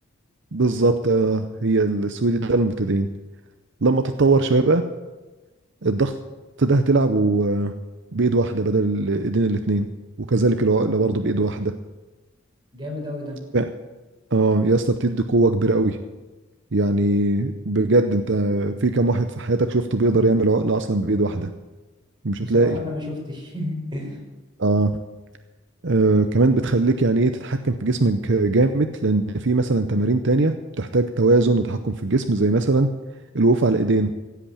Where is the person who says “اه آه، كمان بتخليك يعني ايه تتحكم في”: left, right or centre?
Right